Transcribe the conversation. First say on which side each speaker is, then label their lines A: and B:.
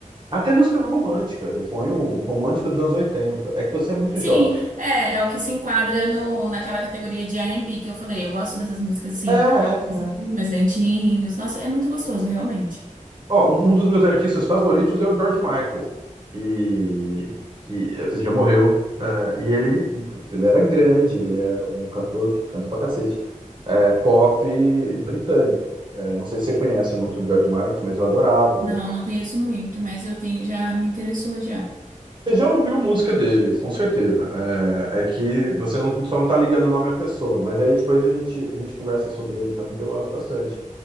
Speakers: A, on the right; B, on the right.
A: até música romântica. Eu ponho um romântico dos anos 80. É que você é muito
B: Sim,
A: jovem.
B: é, é o que se enquadra no, naquela categoria de R&B que eu falei. Eu gosto dessas músicas assim,
A: É, é,
B: esses
A: é.
B: filmes mais lentinhos. Nossa, é muito gostoso, realmente.
A: Ó, um um dos meus artistas favoritos é o George Michael, que, que eh, já morreu. É, e ele, putz, ele era grande, ele é um cantor que canta pra cacete. É, pop britânico. É, não sei se você conhece muito o George Michael, mas eu adorava o
B: Não,
A: George Michael.
B: não conheço muito, mas eu tenho, já me interessou já.
A: Você já ouviu música dele, com certeza. É, é que você não, só não tá ligando o nome à pessoa, mas aí depois a gente, a gente conversa sobre ele também, que eu gosto bastante.